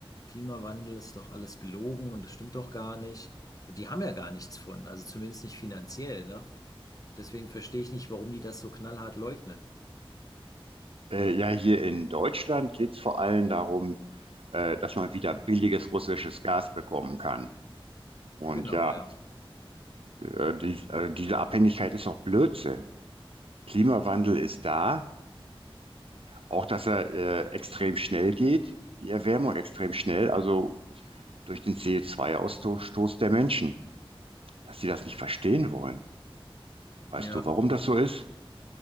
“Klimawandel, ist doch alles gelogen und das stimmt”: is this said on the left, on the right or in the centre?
Left